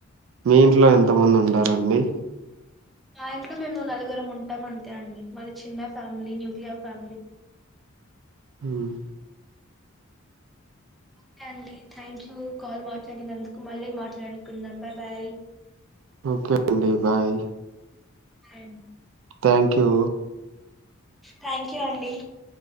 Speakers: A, on the right; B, in the centre.
A: మీ ఇంట్లో ఎంత మంది ఉంటారండి
B: మా ఇంట్లో మేము నలుగుర ఉంటాం అంతే అండి మాది చిన్న ఫ్యామిలీ న్యూక్లియర్ ఫ్యామిలీ
A: హ్మ్
B: ఓకే అండి థ్యాంక్యూ కాల్ మాట్లాడినందుకు మళ్ళీ మాట్లాడుకుందాం బాబాయ్
A: ఓకే అండి బాయ్
B: ఎం
A: థ్యాంక్ యూ
B: థ్యాంక్ యూ అండి